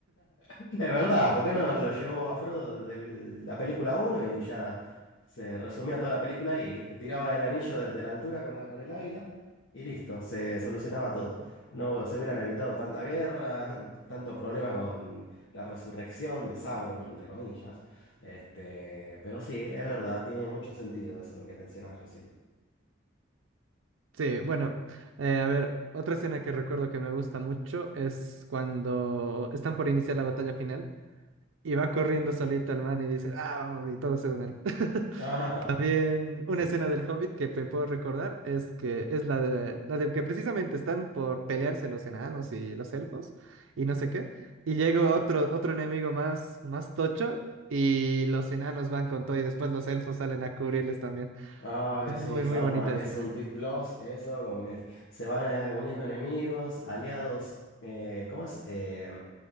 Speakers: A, on the left; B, on the right.
A: Es verdad, ¿por qué no lo llevó a Frodo desde el- la película uno y ya se resumía toda la película ahí, ¿viste? Tiraba el anillo desde la altura con la, con el águila y listo, se solucionaba todo. No se hubieran evitado tanta guerra, <laughs> tanto problema con la resurrección de Sauron, entre comillas. Este, pero sí, es verdad, tiene mucho sentido eso lo que mencionas recién.
B: Sí, bueno, eh, a ver, otra escena que recuerdo que me gusta mucho es cuando están por iniciar la batalla final y va corriendo solito el man y dice, ah, vamos, y todos se unen. <laughs>
A: <laughs> Ah,
B: También
A: sí.
B: una escena del Hobbit que me puedo recordar es que es la de, la de que precisamente están por pelearse los enanos y los elfos y no sé qué, y llega otro, otro enemigo más, más tocho y los enanos van con todo y después los elfos salen a cubrirles también.
A: Ah,
B: Es muy,
A: sí, se
B: muy
A: arma,
B: bonita
A: es
B: esa escena.
A: un Twitch Plus, eso, como que se van eh, uniendo enemigos, aliados, eh, ¿cómo es? Eh,